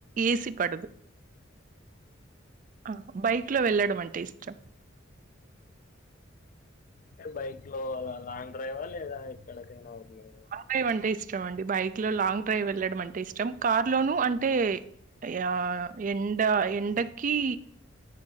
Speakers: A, on the right (about 40°); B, on the left (about 40°).
A: ఏ సీ పడదు ఆ బైక్ లో వెళ్ళడం అంటే ఇష్టం
B: టే బైక్ లో అలా లాంగ్ డ్రైవా లేదా ఎక్కడికైనా ఊర్లే
A: డైవ్ అంటే ఇష్టం అండి బైక్ లో లాంగ్ డ్రైవ్ వెళ్లడం అంటే ఇష్టం కార్ లోనూ అంటే యా ఎండ ఎండకి